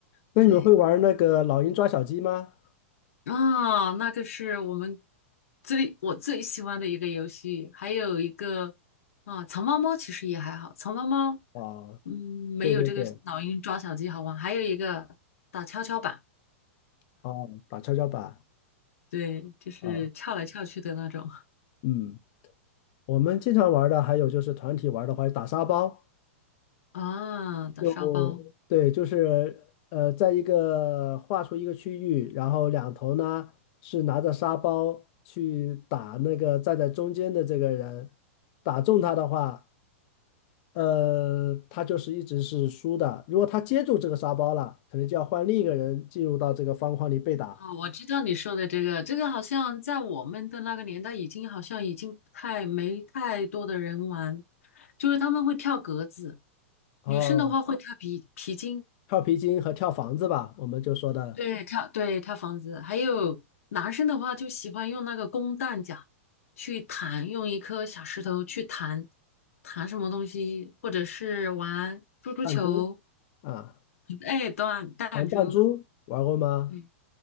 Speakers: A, on the left; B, on the left.
A: 那你们会玩那个老鹰抓小鸡吗？
B: 对，啊，那个是我们最我最喜欢的一个游戏，还有一个啊，藏猫猫其实也还好，藏猫猫
A: 啊，
B: 嗯没有这个老鹰抓小鸡好玩，
A: 对对对，
B: 还有一个打跷跷板，
A: 啊，打跷跷板
B: 对，就是翘来翘去的那种
A: 啊，嗯。我们经常玩儿的还有就是团体玩儿的话，打沙包，
B: <laughs> 啊，打沙包
A: 用，对，就是呃，在一个画出一个区域，然后两头呢是拿着沙包去打那个站在中间的这个人，打中他的话，呃，他就是一直是输的。如果他接住这个沙包了，可能就要换另一个人进入到这个方框里被打。
B: 啊，我知道你说的这个，这个好像在我们的那个年代已经好像已经不太没太多的人玩，就是他们会跳格子，
A: 哦，
B: 女生的话会跳皮皮筋。
A: 跳皮筋和跳房子吧，我们就说的
B: 对跳对跳房子，还有男生的话就喜欢用那个弓弹夹去弹，用一颗小石头去弹弹什么东西，或者是玩珠珠球，
A: 弹珠啊，
B: 哎，弹弹珠，
A: 弹弹珠玩过吗？
B: 嗯，